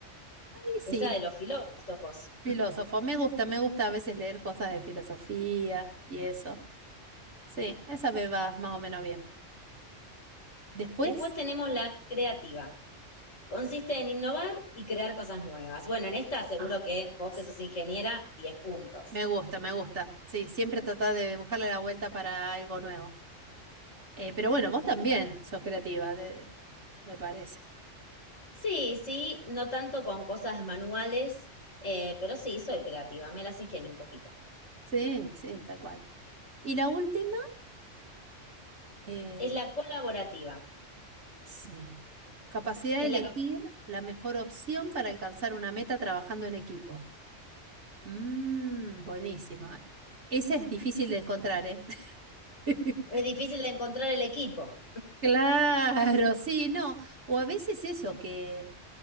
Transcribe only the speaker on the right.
Y sí,
filósofo. Me gusta, me gusta a veces leer cosas de filosofía y eso. Sí, esa me va más o menos bien. Después,
ah,
sí,
me gusta, me gusta. Sí, siempre tratar de buscarle la vuelta para algo nuevo. Eh, pero bueno, vos
también
sos creativa, de- me parece.
Sí, sí, tal cual. Y la última, eh,
sí, capacidad
de elegir
la mejor opción para alcanzar una meta trabajando en equipo. Mmm, buenísimo.
Ese es difícil de encontrar, ¿eh? <laughs>
Claro, sí, no. O a veces eso, que